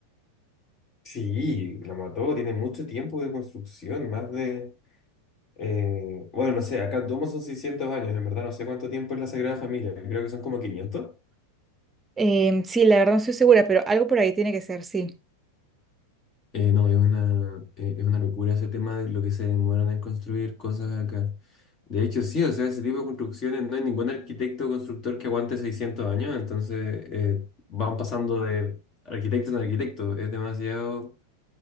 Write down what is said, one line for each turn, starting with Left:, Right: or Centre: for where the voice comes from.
Left: Sí, la mató, tiene mucho tiempo de construcción, más de... Eh, bueno, no sé, acá en Domo son 600 años, en verdad no sé cuánto tiempo es la Sagrada Familia, creo que son como 500.
Right: Em, sí, la verdad no estoy segura, pero algo por ahí tiene que ser, sí.
Left: Eh, no, es una, eh, es una locura ese tema de lo que se demoran en construir cosas acá. De hecho, sí, o sea, ese tipo de construcciones, no hay ningún arquitecto o constructor que aguante 600 años, entonces eh, van pasando de arquitecto en arquitecto, es demasiado